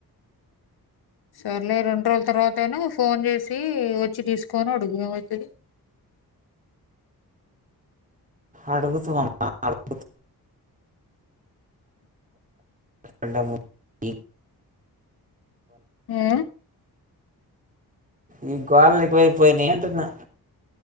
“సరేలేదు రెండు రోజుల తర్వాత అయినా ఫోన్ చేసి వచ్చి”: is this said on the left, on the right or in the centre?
Left